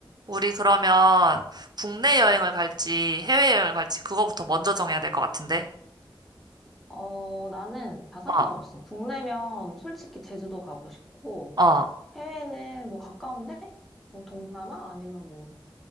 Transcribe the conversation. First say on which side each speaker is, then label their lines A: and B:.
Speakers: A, on the right; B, in the centre.
A: 우리 그러면 국내 여행을 갈지 해외 여행을 갈지 그거부터 먼저 정해야 될 것 같은데.
B: 어, 나는 다 상관없어.
A: 어,
B: 국내면 솔직히 제주도 가고 싶고,
A: 어.
B: 해외는 뭐 가까운데? 뭐 동남아? 아니면 뭐,